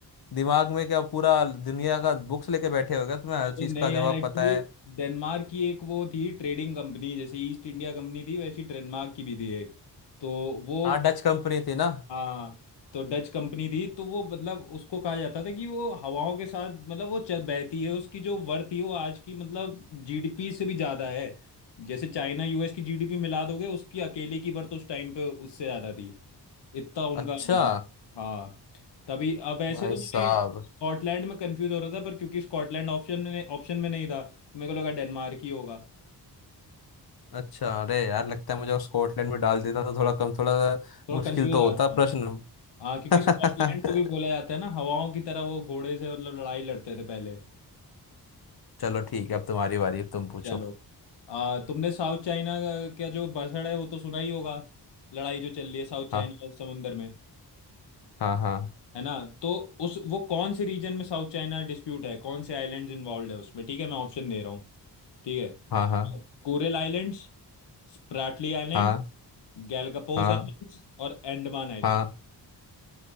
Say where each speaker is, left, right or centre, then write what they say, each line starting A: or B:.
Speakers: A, on the left; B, on the left.
A: दिमाग में क्या पूरा दुनिया का बुक्स लेके बैठे हो क्या तुम्हें हर
B: अबे
A: चीज
B: नहीं
A: का
B: यार
A: जवाब
B: एक्चुअली
A: पता है
B: डेनमार्क की एक वो थी ट्रेडिंग कंपनी जैसे ईस्ट इंडिया कंपनी थी वैसी डेनमार्क की भी थी एक तो वो
A: हाँ डच कंपनी थी ना
B: हाँ तो डच कंपनी थी तो वो मतलब उसको कहा जाता था कि वो हवाओं के साथ मतलब वो चल बहती है उसकी जो वर्थ थी वो आज की मतलब जीडीपी से भी ज्यादा है जैसे चाइना यूएस की जीडीपी मिला दोगे उसकी अकेले की वर्थ उस टाइम पे उससे ज्यादा थी इतना उनका
A: अच्छा
B: बिजनेस हाँ तभी अब ऐसे
A: भाई
B: तो
A: साहब
B: मैंने स्कॉटलैंड में कंफ्यूज हो रहा था पर क्योंकि स्कॉटलैंड ऑप्शन में ऑप्शन में नहीं था तो मेरे को लगा डेनमार्क ही होगा
A: अच्छा अरे यार लगता है मुझे वो स्कॉटलैंड में डाल देता तो थोड़ा कम थोड़ा
B: थोड़ा
A: मुश्किल
B: कंफ्यूज
A: तो
B: आता
A: होता
B: है
A: प्रश्न
B: हाँ क्योंकि
A: <laughs>
B: स्कॉटलैंड को भी बोला जाता है ना हवाओं की तरह वो घोड़े से मतलब लड़ाई लड़ते थे पहले
A: चलो ठीक है अब तुम्हारी बारी अब तुम पूछो
B: चलो आ, तुमने साउथ चाइना का क्या जो बसड़ है वो तो सुना ही होगा लड़ाई जो चल रही है साउथ
A: हाँ
B: चाइना समुंदर में
A: हाँ हाँ
B: है ना तो उस वो कौन से रीजन में साउथ चाइना डिस्प्यूट है कौन से आइलैंड्स इन्वॉल्व है उसमें ठीक है मैं ऑप्शन दे रहा हूँ ठीक है
A: हाँ हाँ
B: coral islands Spratly islands
A: हाँ
B: Galapagos
A: हाँ
B: islands और अंडमान आइलैंड्स
A: हाँ